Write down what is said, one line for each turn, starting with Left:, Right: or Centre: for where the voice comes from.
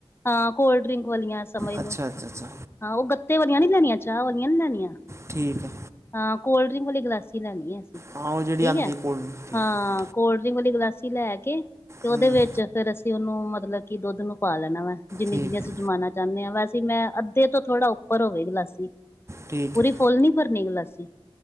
Left: ਹਾਂ ਕੋਲਡ ਡਰਿੰਕ ਵਾਲੀਆਂ ਸਮਝ
Right: ਅੱਛਾ,
Left: ਲੋ
Right: ਅੱਛਾ, ਅੱਛਾ।
Left: ਹਾਂ ਉਹ ਗੱਤੇ ਵਧੀਆ ਨੀ ਲੈਣੀਆਂ ਚਾਹ ਵਾਲੀਆ ਨੀ ਲੈਣੀਆਂ।
Right: ਠੀਕ ਹੈ।
Left: ਹਾਂ ਕੋਲਡ ਡਰਿੰਕ ਵਾਲੀ ਗਲਾਸੀ ਲੈਣੀ ਹੈ। ਠੀਕ
Right: ਹਾਂ ਉਹ ਜਿਹੜੀ ਆਉਂਦੀ
Left: ਹੈ।
Right: ਕੋਲਡ ਠੀਕ
Left: ਹਾਂ।
Right: ਹੈ
Left: ਕੋਲਡ ਡਰਿੰਕ ਵਾਲੀ ਗਲਾਸੀ ਲੈ ਕੇ ਤੇ ਉਹਦੇ
Right: ਹੂੰ
Left: ਵਿੱਚ ਫੇਰ ਅਸੀਂ ਉਹਨੂੰ ਮਤਲਬ ਦੁੱਧ ਨੂੰ ਪਾ ਲੈਣਾ ਵਾ ਜਿੰਨੀ
Right: ਠੀਕ
Left: ਜਿੰਨੀਆਂ
Right: ਹੈ
Left: ਅਸੀਂ ਜਮਾਨਾ ਚ ਚਾਹਦੇ ਹਾਂ ਵੈਸੇ ਮੈਂ ਅੱਧੇ ਤੋਂ ਥੋੜਾ ਉੱਪਰ ਹੋਵੇ ਗਲਾਸੀ।
Right: ਠੀਕ
Left: ਪੂਰੀ
Right: ਹੈ
Left: ਫੁੱਲ ਨੀ ਭਰਨੀ ਗਲਾਸੀ।